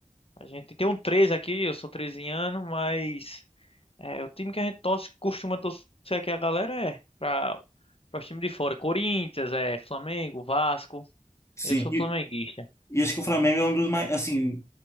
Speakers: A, on the left (about 45°); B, on the left (about 20°).
A: A gente tem um 13 aqui, eu sou 13 anos, mas. É, o time que a gente torce, costuma torcer aqui a galera é pra, pra os times de fora. Corinthians, é, Flamengo, Vasco.
B: sim.
A: Eu sou flamenguista.
B: E acho que o Flamengo é um dos mais, assim,